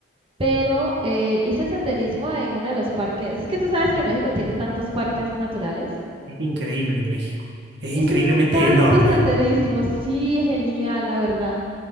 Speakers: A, on the right (about 30°); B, on the right (about 65°).
A: pero eh, hice senderismo en uno de los parques. Es que tú sabes que México tiene tantos parques naturales.
B: Es increíble México. Es
A: Hice
B: increíblemente
A: tanto
B: enorme.
A: senderismo, sí, genial, la verdad.